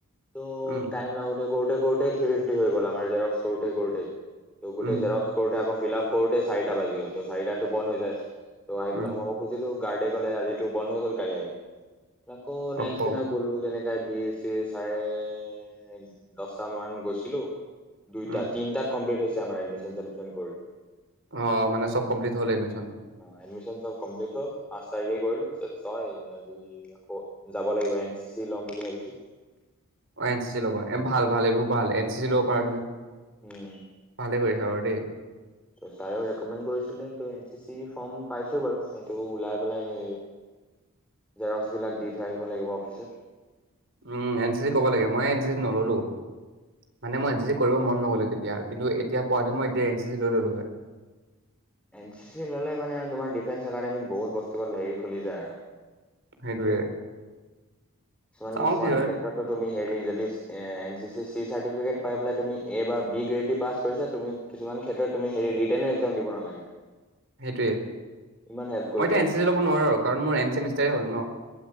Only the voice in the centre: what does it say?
তটো
টাইম লাগতে কৰোতে কৰোতেই থ্ৰী ফিফটি হৈ গল আমাৰ জেক্স কৰোতে ক কৰোতেই। ত গোটেই
জেৰক্স ক আক ফিল আপ কৰোতে ই চাৰিটা বাজি গল। ত চাৰিদাতটো বন্ধ হৈ যায়। ত আহিপিনে
সোমাব খুজছিলো গাৰড এ কলে আজিটো বন্ধ হৈ গ'ল কাইলে আহিবি। আকৌ
নেক্সট দিনা গ'লো যেনেকাই ভিৰ চিৰ চাই দছটা মান গৈছিলো দুইটা,
তিনাত কমপ্লট হৈছে, আমাৰ এডমিশন চডমিশন কৰি।
অ এডমিশন চব কমপ্লিট হল পাছ তাৰিখে কৰিলোঁ, চয় আজি আকৌ যাব লাগিব এন চি চি ল'ম বুলি ভাবিছো।
উম
চাৰে কমেণ্ট কৰিছিলে ত' এন চি চি ফৰ্ম পাইছো বাৰু সেইটো ওলাই পেলাই জেৰক্সবিলাক দি থৈ আহিব লাগিব অফিচত
অ
এন চি চি ল'লে মানে আৰু তোমাৰ ডিফেন্স একাডেমীত বহুত বস্তুক হেৰি খুলি যায় আৰু।
কিছুমান
কিছুমান
ক্ষেত্ৰতো তুমি হেৰি যদি, N C C C certificate পাই পেলাই তুমি এ বা বি গ্ৰেড দি পাছ কৰিছা তুমি কিছুমান ক্ষেত্ৰত তুমি হেৰি ৰিটেৰ্ণ এক্সাম দিব নালাগে।
ইমান হেল্প কৰি
দিয়ে